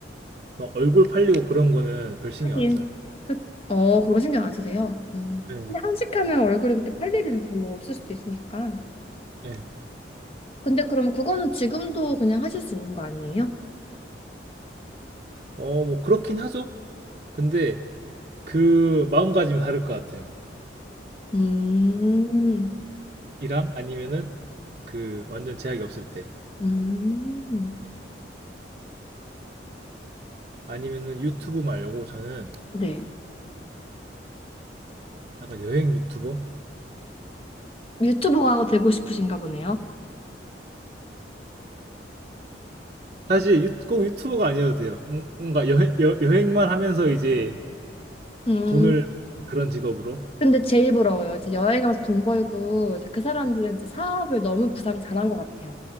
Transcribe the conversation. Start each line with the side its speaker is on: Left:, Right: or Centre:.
Right: 막 얼굴 팔리고 그런 거는 별 신경
Left: 하긴.
Right: 안 써요.
Left: 그, 어, 그런 거 신경 안 쓰세요? 음.
Right: 네,
Left: 근데 한식하면 얼굴에 그렇게 팔 일이 별로 없을 수도 있으니까.
Right: 네.
Left: 근데 그럼 그거는 지금도 그냥 하실 수 있는 거 아니에요?
Right: 어, 뭐 그렇긴 하죠. 근데 그 마음가짐이 다를 것 같아요.
Left: 음,
Right: 이랑 아니면은 그 완전 제약이 없을 때
Left: 음.
Right: 아니면은 유튜브 말려고 저는
Left: 네.
Right: 약간 여행 유튜버
Left: 유튜버가 되고 싶으신가 보네요.
Right: 사실 유, 꼭 유튜버가 아니어도 돼요 음, 뭔가 여행, 여, 여행만 하면서 이제
Left: 음,
Right: 돈을 그런 직업으로
Left: 근데 제일 부러워요. 이제 여행 가면서 돈 벌고 이제 그 사람들은 이제 사업을 너무 구상 잘한 것 같아요.